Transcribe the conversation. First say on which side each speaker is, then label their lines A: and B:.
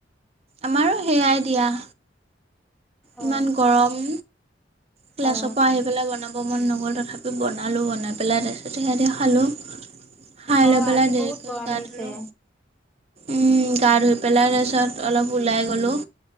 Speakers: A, on the right; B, in the centre.
A: আমাৰো সেইয়াই দিয়া।
B: অ
A: ইমান গৰম। ক্লাছৰ
B: অ
A: পৰা আহি পেলাই বনাব -ব মন নগ'ল তথাপি বনালোঁ বনাই পেলাই তাৰপিছত সেয়া দি খালোঁ। খাইলৈ
B: অ
A: পেলাই
B: আজি
A: দেৰিকৈ
B: বহুত গৰম
A: গা
B: দিছে
A: ধুলো। উম গা ধুই পেলাই তাৰপিছত অলপ ওলাই গ'লোঁ।